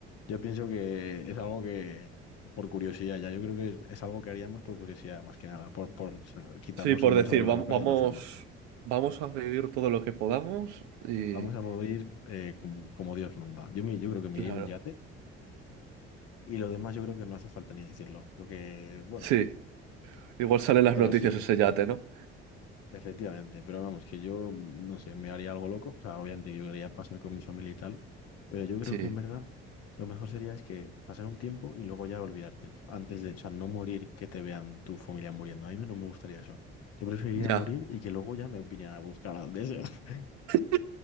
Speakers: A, on the left; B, on the right.
A: yo pienso que es algo que, por curiosidad, ya yo creo que es, es algo que haríamos por curiosidad, más que nada, por, por o sea, quitarnos
B: Sí, por
A: el mal
B: decir,
A: sabor
B: vam-
A: de boca
B: vamos,
A: de no hacerlo.
B: vamos a vivir todo lo que podamos y,
A: Vamos a morir eh, como, como Dios manda. Yo, me- yo creo que me
B: claro,
A: iría a un yate. Y lo demás yo creo que no hace falta ni decirlo, porque, bueno,
B: sí, igual salen las
A: Pero
B: noticias
A: sí,
B: ese yate, ¿no?
A: efectivamente. Pero vamos, que yo, mm, no sé, me haría algo loco. O sea, obviamente yo quería pasar con mi familia y tal. Pero yo creo
B: Sí,
A: que en verdad lo mejor sería es que pasar un tiempo y luego ya olvidarte. Antes de, o sea, no morir que te vean tu familia muriendo. A mí no me gustaría eso. Yo preferiría
B: ya.
A: morir y que luego ya me vinieran a buscar a donde sea. <laughs>
B: <laughs>